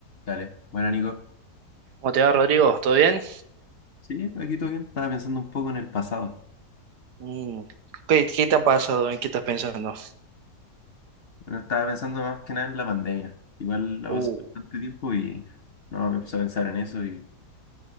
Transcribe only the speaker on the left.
Dale, bueno, Nico.
Sí, aquí todo bien. Estaba pensando un poco en el pasado.
Bueno, estaba pensando más que nada en la pandemia. Igual la
pasó bastante tiempo y no, me empecé a pensar en eso y,